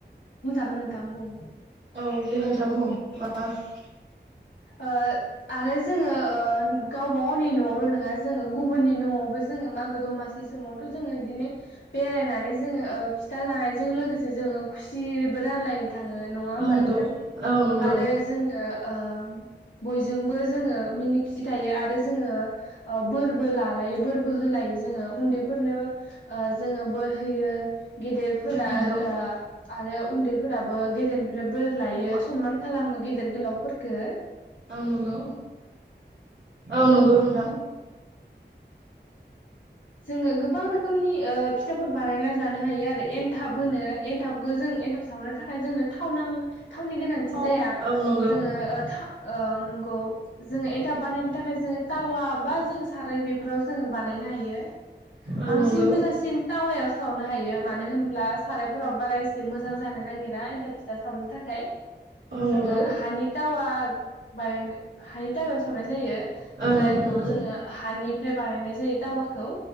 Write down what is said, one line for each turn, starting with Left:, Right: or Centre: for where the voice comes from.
Left: ओ नोथांं बुं।
Right: औ दे नोंथां बुं <unintelligible>
Left: ओ आरो जोङो ओ गावबा गावनि न'आवल' नङा जोङो गुबुननि न'आवबो जोङो मागो दमासि समावथ' जोङो बिदिनो बेरायनानै जोङो ओ फिथा जानायजों लोगोसे जोङो खुसिबो रानलायो थाङो नङा होमबा
Right: औ नंगौ
Left: नोंथां
Right: औ नंगौ
Left: आरो जोङो ओ बयजोंबो जोङो मिनि खुसि थायो आरो जोङो ओ बोरबो लालायो बोरबो होलायो जोङो उन्दैफोरनो ओ जोङो बोर होयो। गेदेरफोरा
Right: औ नंगौ
Left: ओ आरो उन्दैफोराबो गेदेर निफ्राय बोर लायो
Right: औ नंगौ
Left: सनमान खालामो गेदेर गोलाव फोरखो
Right: औ नंगौ औ नंगौ नोंथां।
Left: जोङो गोबां रोखोमनि ओ फिथाफोर बानायना जानो हायो आरो। एनथाब होनो एनथाबखौ जों एनथाब सावनो थाखाय जोंनो थाव नां थावनि गोनांथि
Right: औ
Left: जाया
Right: नंगौ
Left: जोङो ओ थां ओ नंगौ जोङो एन्थाब बानायनो थाखाय जोङो तावा बा जों साराय बेफोराव जोङो बानायनो हायो।
Right: औ
Left: बांसिन
Right: नंगौ
Left: मोजांसिन तावायाव सावनो हायो मानो होनोब्ला सारायफोराव बारा एसे मोजां जानो नागिरा एन्थाब फिथा सावनो थाखाय।
Right: औ
Left: जोङो
Right: नंगौ
Left: हानि तावा बानायनो हानि तावायाव सावनाय जायो
Right: औ नंगौ
Left: जायखौ जोङो हानिफ्राय बानायनाय जायो तावाखौ।